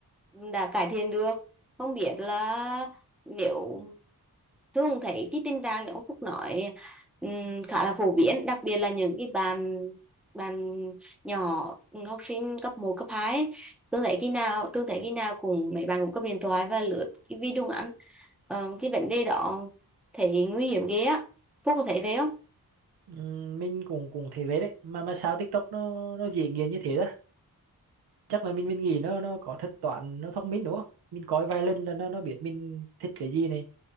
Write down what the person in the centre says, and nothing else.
đã cải thiện được không biết là nếu Thương cũng thấy cái tình trạng như ông Phúc nói ừm, khá là phổ biến đặc biệt là những cái bạn bạn nhỏ học sinh cấp một cấp 2 ấy. Thương thấy khi nào Thương thấy khi nào cùng mấy bạn cũng cầm điện thoại và lướt cái video ngắn Ờ, cái vấn đề đó thì nguy hiểm ghê á Phúc có thấy vậy không